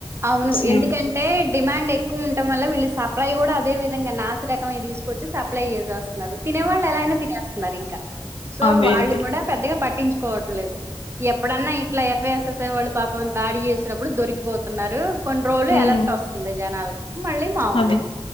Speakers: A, on the right (about 25°); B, on the left (about 65°).
A: అవును
B: సేల్
A: ఎందుకం అంటే డిమాండ్ ఎక్కువ ఉండటం వల్ల వీళ్ళు సప్లై కూడ అదేవిధంగా నాసిరకమే తీసుకొచ్చి సప్లై చేసేస్ తినే వాళ్ళు ఎల అయినా తినేస్తున్నారు ఇంక సో
B: అదే
A: వాళ్ళు
B: అదే
A: కూడ పెద్దగా పట్టించుకోవట్లేదు ఎప్పుడన్నా ఇట్లా ఎఫ్ఐఎస్ఎస్ఐ వాళ్ళు పాపం దాడి చేసినప్పుడు దొరికిపోతున్నారు కొన్ని రోజులు
B: హ్మ్
A: ఎలర్ట్ వస్తుంది జనాలకి మళ్ళీ మామూలే
B: అదే